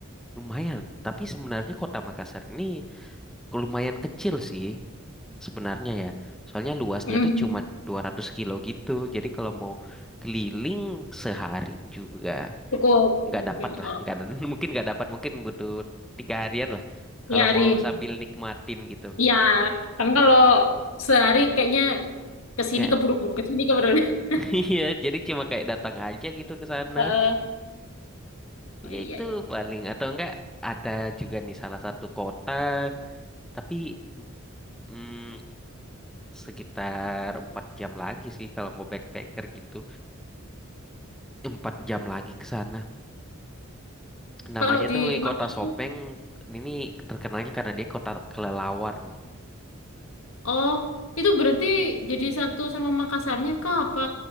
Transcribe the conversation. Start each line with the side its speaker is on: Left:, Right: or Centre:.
Centre: Lumayan, tapi sebenarnya kota Makassar ini lumayan kecil sih. sebenarnya ya. Soalnya luasnya
Left: Hmm.
Centre: itu cuma 200 kilo gitu. Jadi kalau mau keliling sehari juga
Left: Cukup.
Centre: nggak
Left: Oh,
Centre: dapat lah. Nggak ada, <laughs> mungkin nggak dapat. Mungkin butuh tiga harian lah.
Left: Ya,
Centre: Kalau
Left: Ari.
Centre: mau sambil nikmatin gitu.
Left: Ya, kan kalau sehari kayaknya ke sini
Centre: Ya,
Left: keburu-buru, ke sini keburu <laughs>
Centre: <laughs> iya, jadi cuma kayak datang aja gitu ke sana.
Left: Heeh. Oh, iya,
Centre: Ya itu
Left: iya, iya.
Centre: paling atau enggak ada juga nih salah satu kota, tapi mm, sekitar empat jam lagi sih kalau mau backpacker gitu, empat jam lagi ke sana. Namanya
Left: Kalau di
Centre: tuh Kota
Left: Makassar.
Centre: Sopeng. Ini terkenalnya karena dia kota kelelawar nih.
Left: Oh, itu berarti jadi satu sama Makassarnya kah? Apa